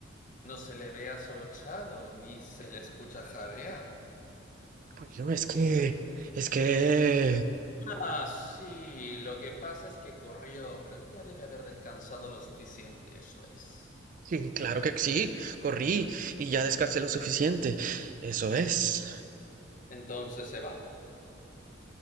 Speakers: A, on the left; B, on the right.
A: No se le ve asorochado ni se le escucha jadear.
B: Bueno, es que, es que...
A: Ah, sí, lo que pasa es que corrió, pero ya debe haber descansado lo suficiente, eso es.
B: Sí, claro que sí. Corrí y ya descansé lo suficiente. Eso es.
A: Entonces se va.